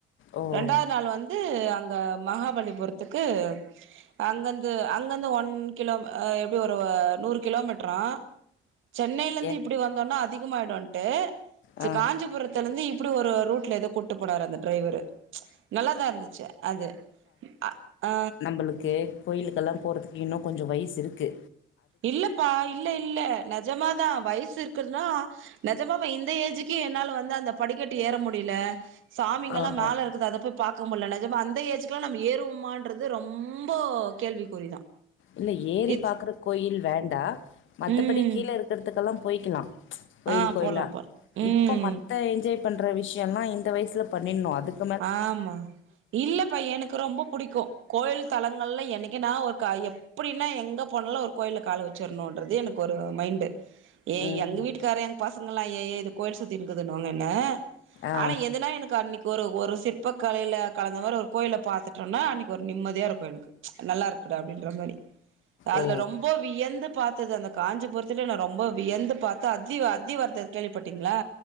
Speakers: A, on the left; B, on the right.
A: ஓ
B: ரெண்டாவுது நாள் வந்து அங்க மகாபலிபுரத்துக்கு அங்கருந்து அங்கருந்து ஒன் கிலோ ஆ எப்டி ஒரு நூறு கிலோ மீட்டரா சென்னைலேந்து
A: ஏ
B: இப்டி வந்தோன்னா அதிகமாயிடுன்ட்டு சி
A: ஆ
B: காஞ்சிபுரத்தலந்து இப்டி ஒரு ரூட் ல ஏதோ கூட்டு போனாரு அந்த டிரைவரு நல்லாதா இருந்துச்சு அது அ ஆ
A: எங்களுக்கு கோயிலுக்கல்லா போறதுக்கு இன்னு கொஞ்ச வயிசுருக்கு
B: இல்லப்பா இல்ல இல்ல நெஜமாதா வயசு இருக் க்குன்னா நெஜமாவ இந்த ஏஜுக்கு என்னால வந்து அந்த படிக்கட்டு ஏற முடில சாமிங்கல்லா
A: ஆ
B: மேல
A: ஓ
B: இருக்குது அத போய் பாக்க முல்ல நெஜமா அந்த ஏஜுக்கெல்லா நம்ம ஏறுவோமான்றது ரொம்ப கேள்விக்குறிதா
A: இல்ல ஏறி
B: இத்
A: பாக்கற கோயில் வேண்டா மத்தபடி
B: ம்
A: கீழ இருக்கறதுக்கெல்லா போயிக்கலா கோயில்
B: ஆ
A: கோயிலா
B: போலா போலா ம்
A: இப்ப மத்த என்ஜாய் பண்ற விஷியல்லா இந்த வயிசுல பண்ணிட்ணு அதுக்
B: ஆமா இல்லப்பா எனக்கு ரொம்ப புடிக்கு கோயில் தளங்கள்லா என்னைக்கினா ஒரு கா எப் பிடின்னா எங்க போனாலு ஒரு கோயில்ல கால வச்சிரணுன்றது எனக்கு ஒரு மைண்டு ஏய்
A: ம்
B: எங்க வீட்டுக்காரு எங்க பசங்கள்லா ஏய் இது கோயிலு சுத்தின்குதுன்னுவாங்க என்ன
A: ஆ
B: ஆனா எதுனா எனக்கு அன்னிக் ஒரு ஒரு சிற்பக்கலைல கலந்த மாரி ஒரு கோயில பாத்துட்டேன்னா அன்னைக்கு ஒரு நிம்மதியாக இருக்கும் எனக்கு நல்லா இருக்குடா அப்டின்ற மாரி அதுல
A: ஓ
B: ரொம்போ வியந்து பாத்தது அந்த காஞ்சிபுரத்துலே நா ரொம்ப வியந்து பாத்து அத்தி அத்தி வர்த்தர் கேள்விப்பட்டீங்ளா